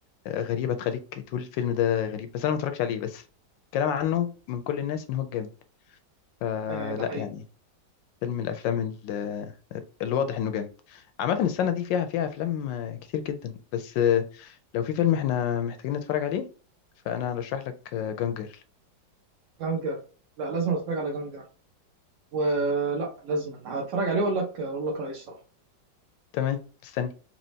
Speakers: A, on the left; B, on the right.
A: آه، غريبة تخليك تقول الفيلم ده غريب بس أنا ما اتفرجتش عليه بس كلام عنه من كل الناس إن هو جامد آه،
B: ايوه ده
A: لا
B: حقيقي
A: يعني فيلم من الأفلام ال- اللي واضح إنه جامد عامة السنة دي فيها فيها أفلام آه، كتير جدا بس آه، لو في فيلم إحنا محتاجين نتفرج عليه فأنا أرشح لك جانجر
B: جانجر لا لازم اتفرج على جانجر ولا لازم هتفرج عليه واقول لك اقول لك رايي الصراحه
A: تمام مستني